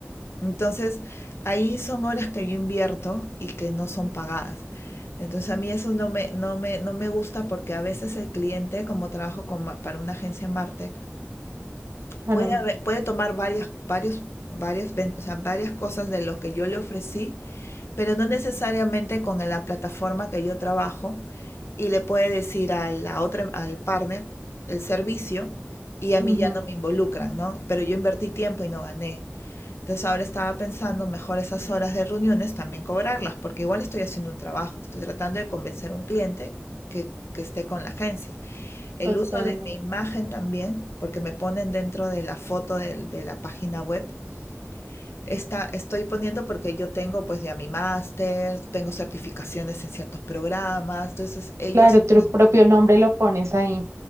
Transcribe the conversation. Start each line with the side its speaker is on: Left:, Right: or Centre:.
Left: Entonces, ahí son horas que yo invierto y que no son pagadas. Entonces, a mí eso no me, no me, no me gusta porque a veces el cliente, como trabajo con ma- para una agencia Martech,
Right: claro,
Left: puede, haber- puede tomar varias, varios, varias, ven- o sea, varias cosas de lo que yo le ofrecí pero no necesariamente con la plataforma que yo trabajo y le puede decir a la otra, al partner el servicio y a
Right: Ujú,
Left: mí ya no me involucran, ¿no? Pero yo invertí tiempo y no gané. Entonces ahora estaba pensando mejor esas horas de reuniones también cobrarlas, porque igual estoy haciendo un trabajo, estoy tratando de convencer a un cliente que, que esté con la agencia. El
Right: totalmente.
Left: uso de mi imagen también, porque me ponen dentro de la foto del- de la página web, Está, estoy poniendo porque yo tengo pues ya mi máster, tengo certificaciones en ciertos programas, entonces ellos
Right: Claro,
Left: tienen
Right: tu propio nombre lo pones ahí.